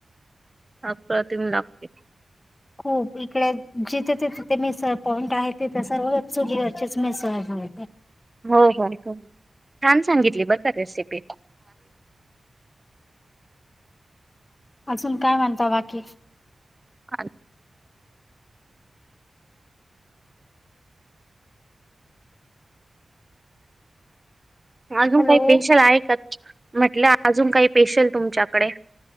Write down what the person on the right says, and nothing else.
ह प्र तम लागते
हो हो छान सांगितली बर का रेसिपी
अ अजून
काही स्पेशल आहे का म्हटलं अजून काही स्पेशल तुमच्याकडे